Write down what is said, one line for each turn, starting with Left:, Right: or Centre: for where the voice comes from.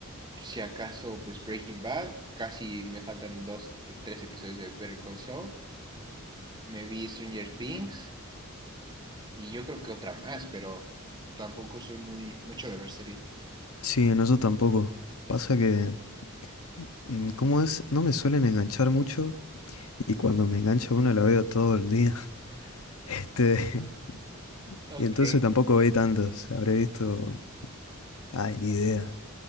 Right: si acaso, pues Breaking Bad, casi me faltan dos, eh, tres episodios de Better Call Saul, me vi Stranger Things, y yo creo que otra más, pero tampoco soy muy, mucho de ver series.
Left: Sí, en eso tampoco. Pasa que, mm, ¿cómo es? No me suelen enganchar mucho y cuando me engancha una la veo todo el día. <laughs> Este, <laughs>
Right: Ok.
Left: y entonces tampoco vi tantas. Habré visto, ay, ni idea,